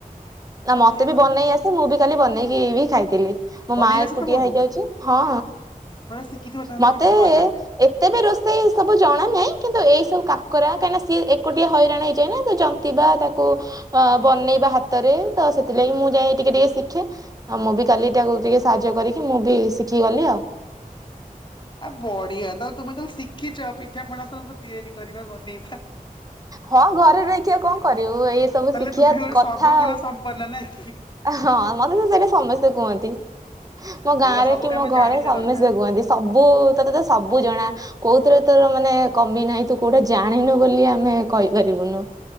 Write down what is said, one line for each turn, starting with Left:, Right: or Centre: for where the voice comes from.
Right: ନା
Left: ବଢିଆ
Right: ମତେ ବି
Left: ଆଉ
Right: ବନେଇ ଆସେ ମୁଁ ବି କାଲି ବନେଇକି ବି ଖାଇଥିଲି। ମୋ
Left: ବନେଇ
Right: ମା
Left: ଆସେ
Right: ଏକୁଟିଆ
Left: ତମକୁ?
Right: ହେଇଯାଉଚି, ହଁ
Left: ଥରେ ଶିଖିଥିବ ତାହେଲେ
Right: ମତେ।
Left: କେମିତି ବନାନ୍ତି।
Right: ଏତେ ବି ରୋଷେଇ। ସବୁ ଜଣା ନାହିଁ କିନ୍ତୁ ଏଇ ସବୁ କାକରା କାହିଁକିନା ସିଏ ଏକୁଟିଆ ହଇରାଣ ହେଇଯାଏ ନା ତ ଜନ୍ତିବା ତାକୁ। ଅ ବନେଇବା ହାତରେ ତ ସେଥିଲାଗି ମୁଁ ଯାଇ ଟିକେ ଟିକେ ଶିଖେ। ଆଉ ମୁଁ ବି କାଲି ତାକୁ ଟିକେ ସାହାଯ୍ୟ କରିକି ମୁଁ ବି ଶିଖି ଗଲି ଆଉ।
Left: ଆ ବଢିଆ, ତାହେଲେ ତୁମେ ତାହେଲେ ଶିଖିଚ ପିଠାପଣା ସବୁ ତିଆରି କରିବା ବନେଇବା।
Right: ହଁ, ଘରେ ରହିକି ଆଉ କଣ କରିବୁ ଏଇ। ସବୁ
Left: ତାହେଲେ
Right: ଶିଖିବା
Left: ତୁମେ ଗୋଟେ
Right: କଥା
Left: ସର୍ବଗୁଣା
Right: ଆଉ
Left: ସଂପନ୍ନା ନାହି କି।
Right: ହଁ, ମତେ ତ ସେଟା ସମସ୍ତେ କୁହନ୍ତି। ମୋ
Left: ଭଲ
Right: ଗାଁରେ
Left: ସବୁ
Right: କି
Left: କାମ
Right: ମୋ ଘରେ
Left: ଜାଣିଥିବା
Right: ସମସ୍ତେ
Left: ଦରକାର
Right: କୁହନ୍ତି। ସବୁ ତୋତେ ତ ସବୁ ଜଣା। କୋଉଥିରେ ତୋର ମାନେ କମି ନାହିଁ। ତୁ କୋଉଟା ଜାଣିନୁ ବୋଲି ଆମେ କଇପାରିବୁନୁ।